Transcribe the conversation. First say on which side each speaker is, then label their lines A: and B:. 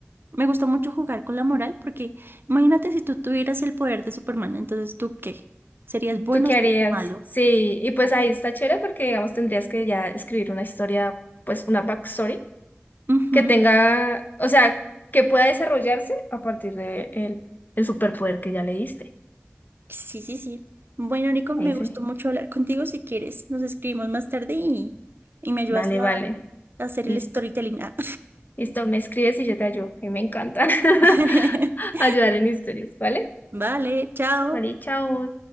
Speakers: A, on the right (about 55°); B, on the left (about 45°).
A: me gusta mucho jugar con la moral, porque imagínate si tú tuvieras el poder de Superman, entonces ¿tú qué? ¿Serías bueno
B: ¿Tú qué
A: o serías
B: harías?
A: malo?
B: Sí, y pues ahí está chévere porque, digamos, tendrías que ya escribir una historia, pues una backstory
A: Ujú.
B: que tenga, o sea, que pueda desarrollarse a partir de el, el superpoder que ya le diste.
A: Sí, sí, sí. Bueno, Nico, me
B: Ahí
A: gustó
B: sí.
A: mucho hablar contigo. Si quieres, nos escribimos más tarde y, y me ayudas
B: Vale,
A: a,
B: vale.
A: a hacer
B: Listo.
A: el storytelling. Ah.
B: Listo, me escribes y yo te ayudo, que me encanta <laughs>
A: <laughs>
B: ayudar en historias, ¿vale?
A: Vale, chao.
B: Vale, chao.